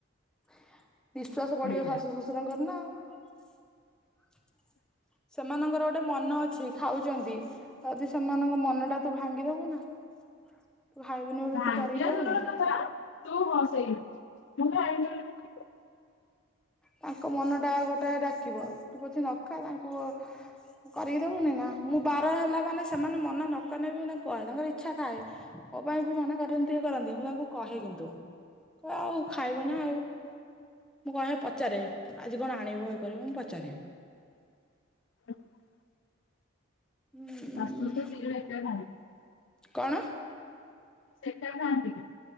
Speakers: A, in the centre; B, on the left.
A: <inaudible> ନିଶ୍ୱାସ ପଡିବ
B: ମିଳିଲା
A: ଶାଶୁ ଶଶୁରଙ୍କର ନାଉ। <inaudible> ସେମାନଙ୍କର ଗୋଟେ ମନ ଅଛି ଖାଉଛନ୍ତି ଯଦି ସେମାନଙ୍କ ମନ ଟା ତୁ ଭାଙ୍ଗିଦବୁ ନା। ତୁ ଖାଇବୁନି ବୋଲି
B: ଭାଗ୍ୟ
A: ତୁ କରିକି ଦବୁନି।
B: ଦୂରର କଥା ତୁ ହଁ ସେଇ ମୁଁଟା ଆଇ <unintelligible>
A: ତାଙ୍କ ମନ ଟା ଗୋଟେ ଡାକିବ ତୁ ପଛ ନଖା ତାଙ୍କୁ କରିକି ଦବୁନି ନା ମୁଁ ବାର ହେଲା ମାନେ ସେମାନେ ମନ ନକନେ ବି ମୁଁ ତାଙ୍କୁ କହେ ତାଙ୍କର ଇଚ୍ଛା ଥାଏ ମୋ ପାଇଁ ବି ମନା ଟିକେ କରନ୍ତି ମୁଁ ତାଙ୍କୁ କହେ କିନ୍ତୁ କହେ ଆଉ ଖାଇବ ନା ଆଉ ମୁଁ କହେ ପଚାରେ ଆଜି କଣ ଆଣିବ ଇ କରିବ ମୁଁ ପଚାରେ।
B: <inaudible> <inaudible>
A: ଉଁ କଣ।
B: ଶେଖର ଗାଧି